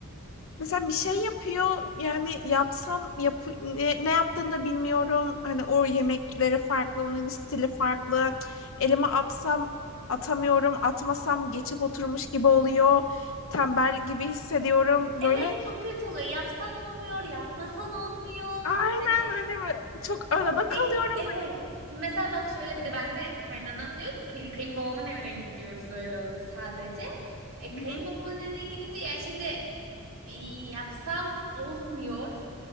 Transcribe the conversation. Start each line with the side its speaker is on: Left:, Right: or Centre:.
Left: Mesela bir şey yapıyor yani yapsam yap ne, ne yaptığını da bilmiyorum. Hani o yemekleri farklı, onun stili farklı. Elime atsam atamıyorum, atmasam geçip oturmuş gibi oluyor. Tembel gibi hissediyorum.
Right: Evet
Left: Böyle
Right: çok kötü oluyor. Yapsan olmuyor, yapmasan olmuyor.
Left: aynen
Right: Hani
Left: hani böyle çok arada
Right: Hey,
Left: kalıyorum.
Right: çok- evet. Şimdi mesela bak şöyle bir de ben de kaynanam diyor ki kayınbabamın evine gidiyoruz öyle olunca sadece. E,
Left: Hı,
Right: kayınbabamın evine gidince ya şimdi e, yapsam olmuyor.